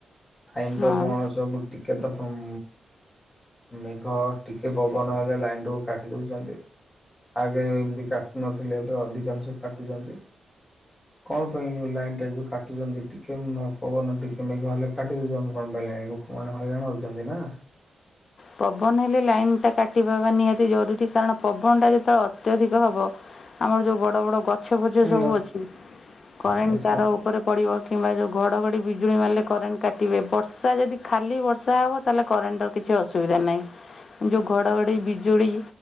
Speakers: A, on the left (about 20°); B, on the left (about 45°).
A: ଲାଇ ନି ତ
B: ହଁ
A: କଣ ସବୁ ଟିକେତମ୍ ମେଘ ଟିକେ ପବନ ହେଲେ ଲାଇନ୍ଟିକୁ କାଟି ଦେଉଛନ୍ତି। ଆଗେ ଏମିତି କାଟୁ ନଥିଲେ ଏବେ ଅଧିକାଂଶ କାଟୁଛନ୍ତି। କଣ ପାଇଁ ଯୋଉ ଲାଇନ୍ ଟା ଯୋଉ କାଟୁଛନ୍ତି ଟିକେ ପବନ ଟିକେ ମେଘ ହେଲେ କାଟି ଦଉଛନ୍ତି କଣ ପାଇଁ ଲାଇନି? ଲୋକମାନେ ହଇରାଣ ହେଉଛନ୍ତି ନା।
B: ପବନ ହେଲେ ଲାଇନଟା କାଟିବା ନିହାତି ଜରୁରୀ। କାରଣ ପବନଟା ଯେତେବେଳେ ଅତ୍ୟଧିକ ହବ। ଆମର ଯୋଉ ବଡ ବଡ ଗଛ ଫଛ
A: ହଁ
B: ସବୁ ଅଛି କରେଣ୍
A: ନାଇଁ ସେଟା
B: ତାର ଉପରେ ପଡ଼ିବ କିମ୍ବା ଯେଉଁ ଘଡ଼ଘଡ଼ି ବିଜୁଳି ମାରିଲେ କରେଣ୍ଟ କାଟିବେ। ବର୍ଷା ଯଦି ଖାଲି ବର୍ଷା ହେବ ତାହେଲେ କରେଣ୍ଟର କିଛି ଅସୁବିଧା ନାଇଁ ଯୋଉ ଘଡ଼ଘଡ଼ି ବିଜୁଳି